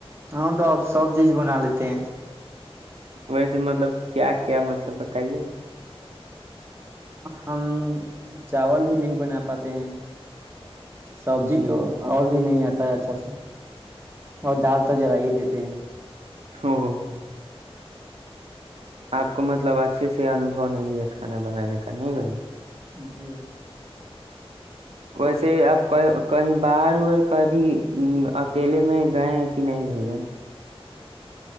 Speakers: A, on the right; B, on the right.
A: ہم تو آپ سب چیز بنا لیتے ہیں
B: ویسے مطلب کیا کیا مطلب بتائیے نا
A: ہم چاول بھی نہیں بنا پاتے ہیں سبزی
B: جی
A: تو اور بھی نہیں آتی ہوتا ہے اچھا سے اور دال تو جر ہی دیتے ہیں
B: ہ ہو آپ کو مطلب اچھے سے انوبو نہیں ہے کھانا بنانے کا نہیں بھائی
A: نہیں ہو
B: ویسے اپ کہیں باہر ہو اور کبھی اکیلے میں گئے ہیں کہ نہیں بھجن